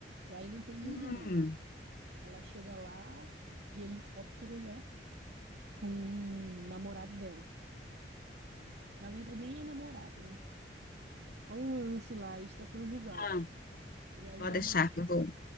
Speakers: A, on the right; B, on the left.
A: Aí não tem ninguém.
B: Hum,
A: Ela chega lá de helicóptero, né? Com um namorado dela. Na verdade, nem é namorado, né? Há um lance lá extraconjugal.
B: tá.
A: E aí
B: pode
A: dá
B: deixar
A: uma,
B: que eu vou.